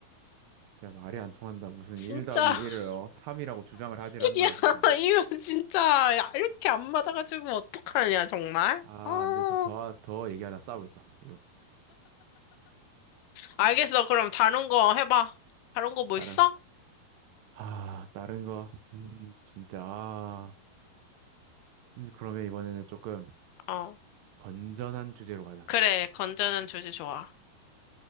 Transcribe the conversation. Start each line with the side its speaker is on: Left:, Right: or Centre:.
Right: 진짜 말이 안 통한다. 무슨
Left: 진짜.
Right: 1 더하기 1을
Left: <laughs>
Right: 어? 3이라고 주장을 하질 않나
Left: 야,
Right: 진짜.
Left: 이거 진짜. 야, 이렇게 안 맞아가지고 어떡하냐, 정말?
Right: 아,
Left: 아.
Right: 근데 더더 얘기하다 싸우겠다. 이거.
Left: 알겠어. 그럼 다른 거 해봐. 다른 거 뭐
Right: 나랑
Left: 있어?
Right: 아, 다른 거, 음, 진짜, 아, 음, 그러면 이번에는 조금
Left: 어.
Right: 건전한 주제로 가자.
Left: 그래. 건전한 주제 좋아.